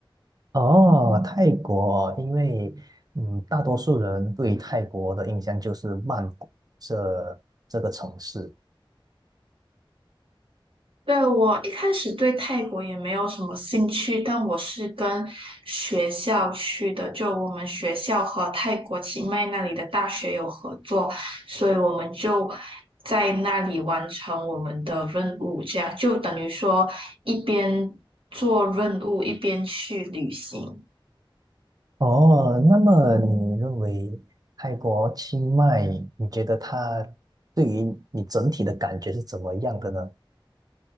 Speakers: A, on the right; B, on the right.
A: 哦，泰国，因为嗯，大多数人对泰国的印象就是曼谷这这个城市。
B: 对，我一开始对泰国也没有什么兴趣，但我是跟学校去的，就我们学校和泰国清迈那里的大学有合作，所以我们就在那里完成我们的任务，这样就等于说一边做任务一边去旅行。
A: 哦，那么你认为泰国清迈，你觉得它对于你整体的感觉是怎么样的呢？